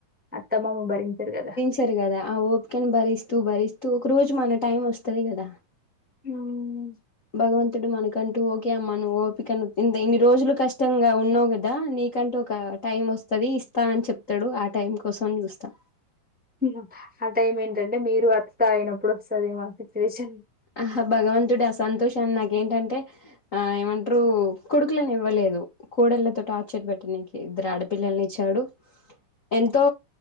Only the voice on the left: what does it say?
సర కదా ఆ ఓపికను భరిస్తూ భరిస్తూ ఒక రోజు మన టైం వస్తుంది కదా
భగవంతుడు మనకంటూ ఓకే అమ్మను ఓపికను ఇన్ని రోజులు కష్టంగా ఉన్నావు కదా నీ నీకంటూ ఒక టైం వస్తుంది ఇస్తా అని చెప్తాడు ఆ టైం కోసం చూస్తా
ఆహా భగవంతుడి ఆ సంతోషాన్ని నాకేంటంటే ఆ ఏమంటారు కొడుకులను ఇవ్వలేదు కోడళ్ళతో టార్చర్ పెట్టనీకి ఇద్దరు ఆడపిల్లల్ని ఇచ్చాడు ఎంతో